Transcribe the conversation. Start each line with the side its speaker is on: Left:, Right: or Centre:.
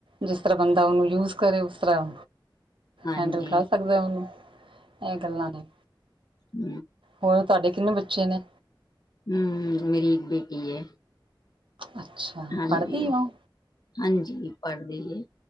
Right: ਜਿਸ ਤਰ੍ਹਾਂ ਬੰਦਾ ਉਹਨੂੰ ਯੂਜ ਕਰੇ ਉਸ ਤਰ੍ਹਾਂ।
Left: ਹਾਂਜੀ
Right: ਹੈਂਡਲ ਕਰ ਸਕਦੇ ਉਹਨੂੰ ਇਹ ਗੱਲਾਂ ਨੇ।
Left: ਹ
Right: ਹੋਰ ਤੁਹਾਡੇ ਕਿੰਨੇ ਬੱਚੇ ਨੇ
Left: ਹਮ ਮੇਰੀ ਇੱਕ ਬੇਟੀ ਹੈ।
Right: ਅੱਛਾ
Left: ਹਾਂਜੀ,
Right: ਪੜ੍ਹਦੀ ਹੋ
Left: ਹਾਂਜੀ ਪੜ੍ਹਦੀ ਏ।